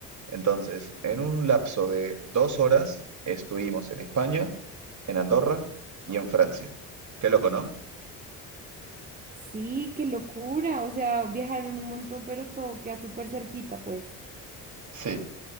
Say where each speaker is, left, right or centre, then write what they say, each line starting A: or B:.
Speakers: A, on the right (about 40°); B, on the right (about 20°).
A: Entonces, en un lapso de dos horas estuvimos en España, en Andorra y en Francia. Qué loco, ¿no?
B: Sí, qué locura. O sea, viajaron un montón, pero todo queda súper cerquita, pues.
A: Sí,